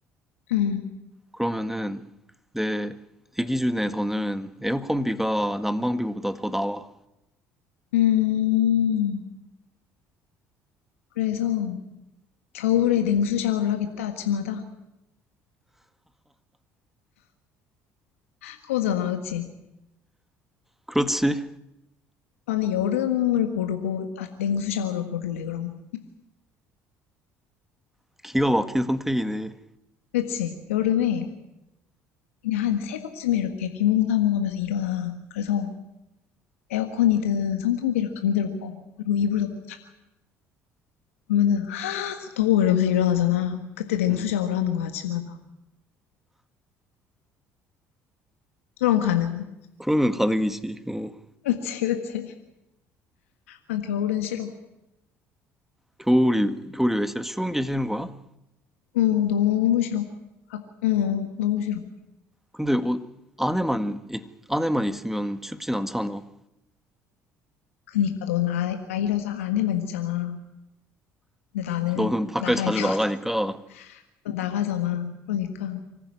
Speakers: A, on the left; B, in the centre.
A: 응,
B: 그러면은, 내, 내 기준에서는 에어컨비가 난방비보다 더 나와.
A: 음. 그래서 겨울에 냉수 샤워를 하겠다, 아침마다. 그거잖아, 그치?
B: 그렇지.
A: 나는 여름을 고르고, 아, 냉수 샤워를 고를래, 그럼.
B: <laughs> 기가 막힌 선택이네.
A: 그치? 여름에 그냥 한 새벽쯤에 이렇게 비몽사몽하면서 일어나. 그래서 에어컨이든 선풍기를 강제로 꺼. 그리고 이불 덮고 자. 그러면은 아 더워 이러면서 일어나잖아. 그때 냉수
B: 음,
A: 샤워를 하는 거야 아침마다. 그럼 가능.
B: 그러면 가능이지. 어.
A: <laughs> 그치 그치. 아 겨울은 싫어.
B: 겨울이, 겨울이 왜 싫어? 추운 게 싫은 거야?
A: 어 너무 싫어. 아, 어 너무 싫어.
B: 근데 옷 안에만, 있- 안에만 있으면 춥진 않잖아.
A: 그니까 넌 아, 아이라서 안에만 있잖아. 근데 나는
B: 너는 밖을
A: 나가야
B: 자주
A: 되거든.
B: 나가니까
A: <laughs> 난 나가잖아. 그러니까